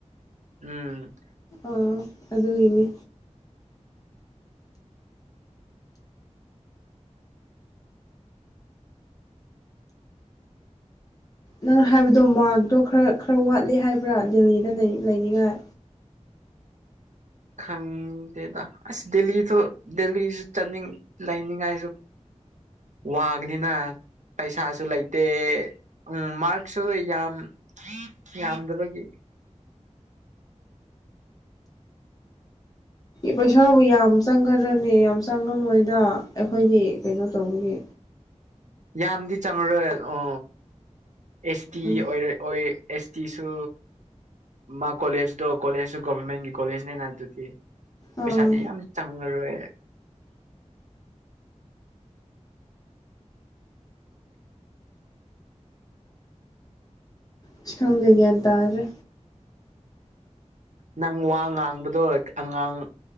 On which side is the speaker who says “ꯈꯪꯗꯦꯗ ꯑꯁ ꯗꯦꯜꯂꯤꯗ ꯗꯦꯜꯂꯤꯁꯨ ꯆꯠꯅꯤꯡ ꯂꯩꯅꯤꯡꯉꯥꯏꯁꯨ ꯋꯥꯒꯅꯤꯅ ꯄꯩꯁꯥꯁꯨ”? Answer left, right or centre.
Right